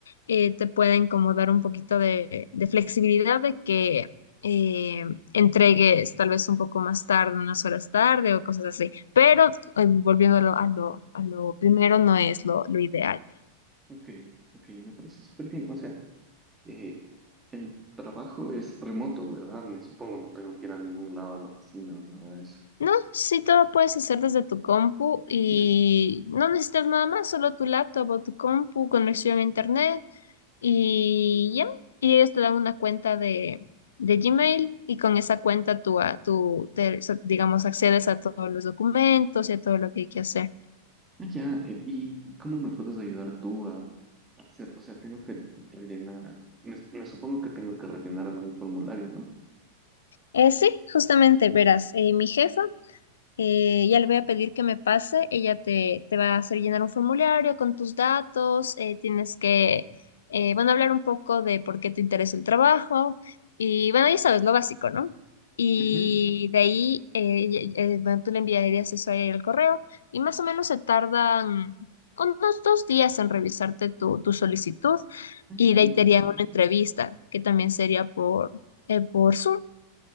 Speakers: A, on the left; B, on the right.
A: eh, te pueden como dar un poquito de, de flexibilidad de que eh, entregues tal vez un poco más tarde, unas horas tarde o cosas así. Pero eh, volviendo a lo, a lo, a lo primero, no es lo lo ideal.
B: Ok, ok, me parece súper bien. O sea, eh, el trabajo es remoto, ¿verdad? Me supongo, no tengo que ir a ningún lado a la oficina o nada de eso.
A: No, sí, todo lo puedes hacer desde tu compu y
B: Me-
A: no necesitas nada más, solo tu laptop o tu compu, conexión a internet y ya. Y ellos te dan una cuenta de, de Gmail y con esa cuenta tú, a- tú te, so- digamos, accedes a todos los documentos y a todo lo que hay que hacer.
B: Ah, ya, eh, ¿y cómo me puedes ayudar tú a a hacer? O sea, tengo que rellenar, me, me supongo que tengo que rellenar algún formulario, ¿no?
A: Eh, sí, justamente, verás, eh, mi jefa Eh, ya le voy a pedir que me pase, ella te, te va a hacer llenar un formulario con tus datos, eh, tienes que, eh, bueno, hablar un poco de por qué te interesa el trabajo y bueno, ya sabes, lo básico, ¿no? Y
B: Ujú.
A: de ahí, eh, y- eh, bueno, tú le enviarías eso a ella el correo y más o menos se tardan unos dos días en revisarte tu, tu solicitud
B: Ah, ya,
A: y
B: entonces,
A: de ahí te harían una entrevista que también sería por, eh, por Zoom.